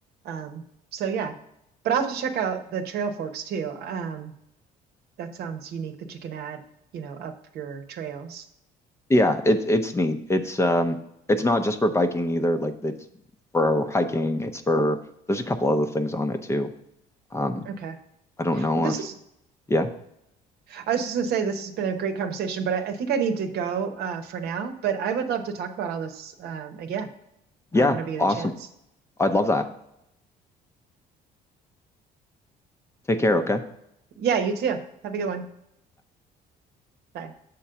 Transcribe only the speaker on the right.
Um, so yeah, but I'll have to check out the trail forks too. Um, that sounds unique that you can add, you know, up your trails.
Okay.
Well, this
is,
I was just gonna say this has been a great conversation, but I, I think I need to go uh, for now. But I would love to talk about all this um, again
uh, whenever you
get a chance.
Yeah, you too. Have a good one. Bye.